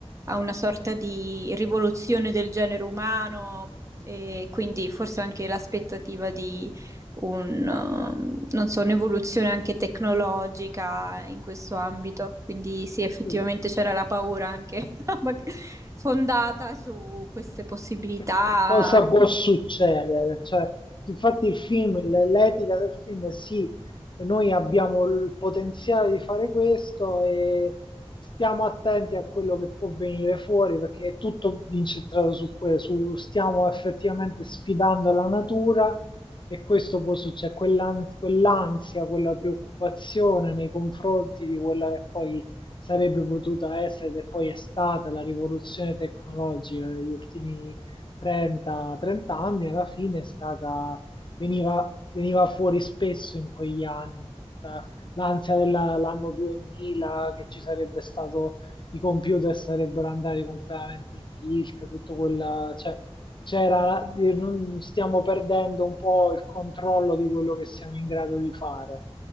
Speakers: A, on the right; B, on the left.
A: a una sorta di rivoluzione del genere umano e quindi forse anche l'aspettativa di un, um, non so, un'evoluzione anche tecnologica in questo ambito. Quindi sì, effettivamente
B: sì.
A: c'era la paura anche <laughs> fondata su queste possibilità
B: che, che cosa può succedere? Cioè, infatti il film, l- l'etica del film è sì, noi abbiamo il potenziale di fare questo e stiamo attenti a quello che può venire fuori perché è tutto incentrato su quello, su stiamo effettivamente sfidando la natura e questo può succedere, quell'an- quell'ansia, quella preoccupazione nei confronti di quella che poi sarebbe potuta essere e poi è stata la rivoluzione tecnologica degli ultimi 30, 30 anni, alla fine è stata, veniva, veniva fuori spesso in quegli anni, tutta l'ansia dell'anno 2000, che ci sarebbe stato, i computer sarebbero andati completamente in tilt, tutto quella, cioè, c'era, dire, non stiamo perdendo un po' il controllo di quello che siamo in grado di fare,